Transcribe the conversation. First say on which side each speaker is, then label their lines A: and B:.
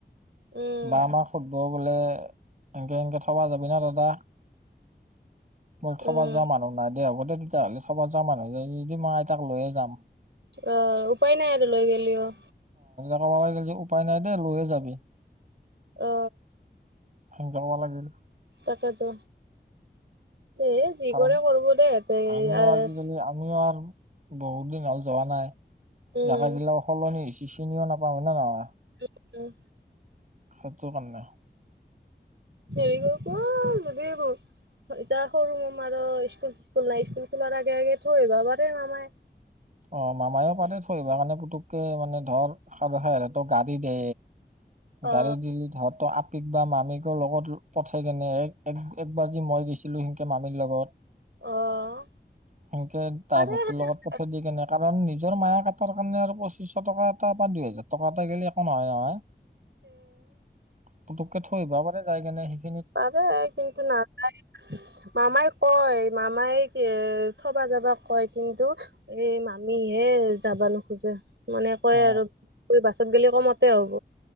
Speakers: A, on the right; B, on the right.
A: উম
B: মামাক সুধব বোলে এনকে এনকে থবা যাবি না দাদা মোৰ থবা
A: উম
B: যোৱা মানুহ নাই দে হ'ব দে তেতিয়াহ'লে থবা যোৱা মানুহ যদি নাই মই আইতাক লৈয়ে যাম।
A: অহ উপায় নাই আৰু লৈ গেলেও
B: আমাৰ হাততে উপায় নাই দেই লৈয়ে যাবি।
A: অ
B: হুম যাবা লাগব ৰ।
A: তাকেতো এই যি
B: কাৰণ
A: কৰে কৰিব দেই ইহেতে
B: আমিও
A: আৰ-
B: আজিকালি আমিও আৰু বহুত দিন হ'ল যোৱা নাই
A: উম
B: জাগাগিলা সলনি হৈছি চিনিও নাপাওঁ হয় নে নহয়।
A: উৎ উম
B: সেইটোৰ কাৰণে
A: হেৰি কৰ কোৱা যদি বৌ এতিয়া সৰু মামাৰো স্কুল চিস্কুল নাই স্কুল খোলাৰ আগে আগে থৈ আহিবা পাৰে মামাই
B: অ মামায়েও পাৰে থৈ আহিব কাৰণে পুটুককে মানে ধৰ খৰ-ধৰ ত গাড়ী দে গাড়ী
A: অ
B: দিলেত হয়তো আট পিক বা মামীকো লগত ল পঠাই কেনে এক এক একবাৰ যে মই গেছিলোঁ সেনেকে মামীৰ লগত
A: অ
B: সেনেকে ড্ৰাইভাৰটোৰ
A: পাৰে সেনেকে
B: লগত পঠ নিদিয়ে কাৰণ নিজৰ মায়েক হতৰ কাৰণে আৰু পঁচিশ টকা এটা বা দুইহেজাৰ টকা এটা গলে একো নহয় নহয়। পুটুককে থৈ আহিবা পাৰে যাই কিনে সি
A: পাৰে কিন্তু নাযায় উস মামাই কয় মামাই এ থবা যাবা কয় কিন্তু অহ এই মামিহে যাবা নোখোজে। মানে কয়
B: অ
A: আৰু বাছত গ'লে কমতে হ'ব।